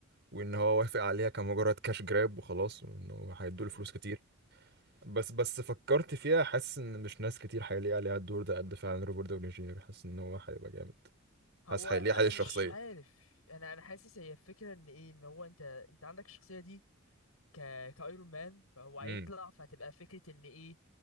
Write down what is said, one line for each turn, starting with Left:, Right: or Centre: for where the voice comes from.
Right: وإن هو وافق عليها كمجرد كاش جراب وخلاص وإنه هيدوله
Left: امم
Right: فلوس كتير بس بس فكرت فيها حاسس ان مش ناس كتير هيلاقي عليها الدور ده قد فعلا روبرت داوني جونيور حاسس ان هو هيبقى جامد
Left: هو
Right: حاسس
Left: انا
Right: هيلاقي عليه الشخصيه
Left: مش عارف انا انا حاسس هي الفكرة ان ايه ان هو انت انت عندك الشخصية دي ك كايرون مان فهو هيطلع
Right: امم
Left: فهتبقى فكرة ان ايه